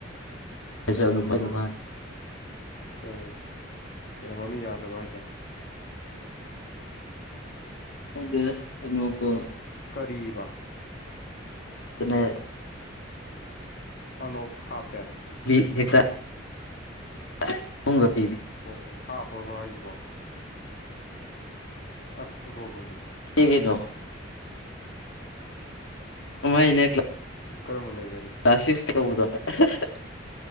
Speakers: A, on the left; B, on the left.
A: <unintelligible>
B: ꯀꯩꯅꯦ ꯀꯩꯅꯣ ꯃꯃꯤꯠ ꯌꯥꯗ꯭ꯔꯕ ꯍꯥꯏꯖꯦ?
A: ꯈꯪꯗꯦꯗ ꯑꯅꯣꯛ ꯇꯣ
B: ꯀꯔꯤꯕꯥ?
A: ꯇꯅꯦ
B: ꯑꯅꯣꯞ ꯍꯥꯞꯄꯦ
A: ꯍꯦꯛꯇ <unintelligible>
B: ꯑꯣ ꯍꯥꯥꯞ <unintelligible> ꯍꯥꯏꯖꯤꯕꯣ ꯑꯁ ꯑꯣꯟꯊꯣꯛꯄꯅꯤ!
A: ꯑꯩꯒꯤꯗꫭ ꯑꯃꯥꯏꯅꯦ ꯀ꯭ꯂ
B: ꯀꯔꯝꯃ ꯂꯩ
A: ꯀꯂꯥꯖ ꯁꯤꯛꯁ ꯇꯧꯕꯗꯣ ꯍ ꯑꯍ ꯍ